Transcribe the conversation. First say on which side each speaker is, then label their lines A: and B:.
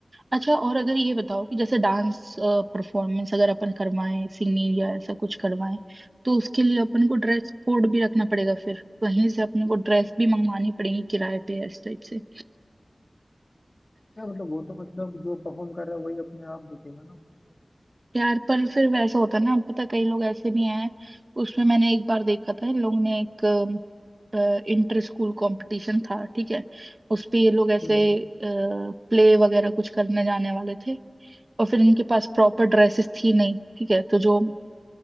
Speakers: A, on the right; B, on the left.
A: अच्छा और अगर ये बताओ कि जैसे डांस परफॉर्मेंस अगर अपन करवाएं सिंगिंग या ऐसा कुछ करवाएं तो उसके लिए अपन को ड्रेस कोड भी रखना पड़ेगा फिर कहीं से अपने को ड्रेस भी मंगवानी पड़ेगी किराए पे इस टाइप से
B: या मतलब वो तो मतलब जो परफॉर्म कर रहा है वही अपने आप दिखेगा ना
A: यार पर फिर वैसा होता है ना पता कई लोग ऐसे भी हैं उसमें मैंने एक बार देखा था इन लोगों ने एक इंटर स्कूल कंपटीशन था ठीक है उस पे ये लोग ऐसे
B: हम्म
A: प्ले वगैरह कुछ करने जाने वाले थे और फिर इनके पास प्रॉपर ड्रेसेस थी नहीं ठीक है तो जो